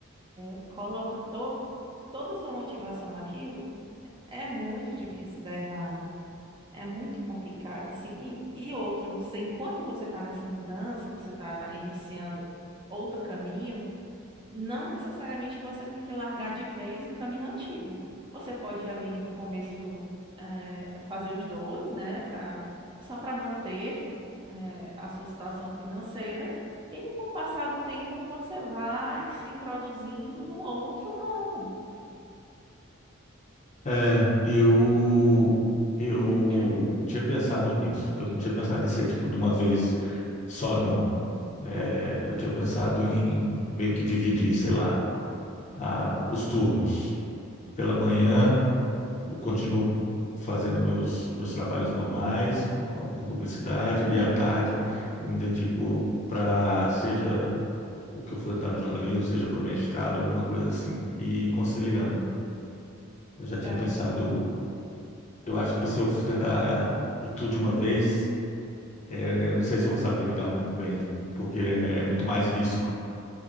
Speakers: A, on the right; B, on the left.
A: eh, coloca to toda a sua motivação naquilo, é muito difícil dar errado. É muito complicado, assim. E, e outra, você, enquanto você está nessa mudança, você está iniciando outro caminho, não necessariamente você tem que largar de vez o caminho antigo. Você pode ali no começo, eh, fazer os dois, né, para só para manter, eh, a sua situação financeira. E com o passar do tempo, você vai se introduzindo no outro ramo.
B: É, eu, eu
A: <clears throat>
B: tinha pensado nisso. Eu não tinha pensado em ser tipo de uma vez só, não. É, eu tinha pensado em meio que dividir, sei lá, a- os turnos. Pela manhã, eu continuo fazendo meus, meus trabalhos normais, com, com publicidade, e à tarde eu me dedico para, seja o que eu for tentar no jornalismo, seja para o mestrado, alguma coisa assim, e ir conciliando. Eu já tinha
A: É,
B: pensado, eu acho que se eu tentar ir tudo de uma vez, eh, eu não sei se eu vou saber lidar muito bem, porque é muito mais risco.